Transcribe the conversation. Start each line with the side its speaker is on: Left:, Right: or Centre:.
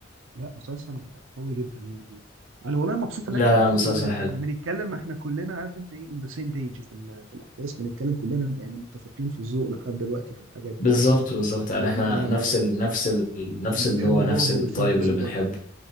Right: لا مسلسل قوي جدا يعني انا والله مبسوط
Left: لا
Right: ان احنا
Left: لا
Right: في
Left: مسلسل
Right: ال-
Left: حلو
Right: بنتكلم احنا كلنا عارف انت ايه اون ذا سيم بيج في ال- في الاحداث بنتكلم كلنا يعني متفقين في الذوق لحد دلوقتي في الحاجات ديت
Left: بالظبط
Right: يعني
Left: بالظبط
Right: في الافلام
Left: يعني احنا
Right: اه
Left: نفس
Right: لا
Left: ال... نفس ال... نفس
Right: انت
Left: النوع
Right: بتحب الرعب
Left: نفس الطيب
Right: والفانتزي
Left: اللي بنحبه
Right: برضو اه